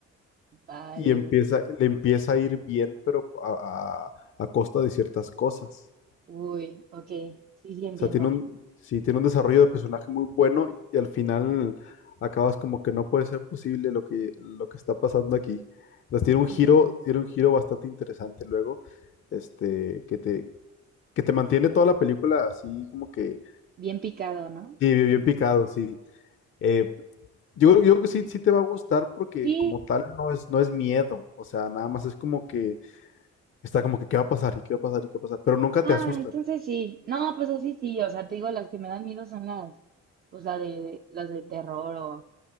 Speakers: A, on the right (about 30°); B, on the left (about 45°).
A: vale.
B: Y empieza, le empieza a ir bien, pero a, a a costa de ciertas cosas.
A: Uy, ok, sí, sí, entiendo.
B: O sea, tiene un, sí, tiene un desarrollo de personaje muy bueno y al final acabas como que no puede ser posible lo que, lo que está pasando aquí. Entonces
A: Ah,
B: tiene un giro,
A: mira.
B: tiene un giro bastante interesante luego, este, que te, que te mantiene toda la película así como que
A: Bien picado, ¿no?
B: sí, bien, bien picado, sí. Eh, yo, creo- yo creo que sí, sí te va a gustar porque
A: Sí.
B: como tal no es, no es miedo, o sea, nada más es como que está como que qué va a pasar y qué va a pasar y qué va a pasar, pero nunca
A: Ah,
B: te asustan,
A: entonces sí. No, pues así sí, o sea, te digo, las que me dan miedo son las, pues la de, las de terror o,